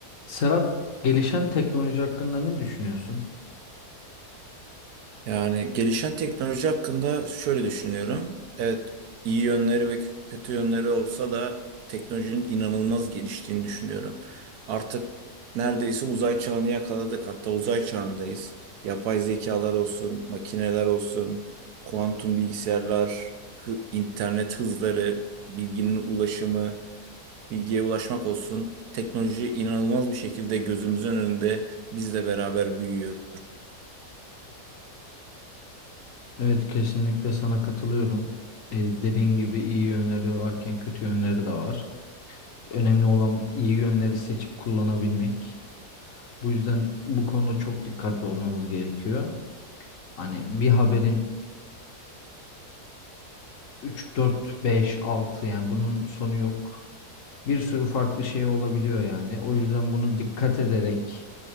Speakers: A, on the left; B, on the right.
A: Serhat, gelişen teknoloji hakkında ne düşünüyorsun?
B: Yani gelişen teknoloji hakkında şöyle düşünüyorum. Evet, iyi yönleri ve kötü yönleri olsa da teknolojinin inanılmaz geliştiğini düşünüyorum. Artık neredeyse uzay çağını yakaladık. Hatta uzay çağındayız. Yapay zekalar olsun, makineler olsun, kuantum bilgisayarlar, hı- internet hızları, bilginin ulaşımı, bilgiye ulaşmak olsun. Teknoloji inanılmaz bir şekilde gözümüzün önünde bizle beraber büyüyor.
A: Evet, kesinlikle sana katılıyorum. Ee, dediğin gibi iyi yönleri varken kötü yönleri de var. Önemli olan iyi yönleri seçip kullanabilmek. Bu yüzden bu konuda çok dikkatli olmamız gerekiyor. Hani bir haberin 3 4 5 6 yani bunun sonu yok. Bir sürü farklı şey olabiliyor yani. O yüzden bunu dikkat ederek,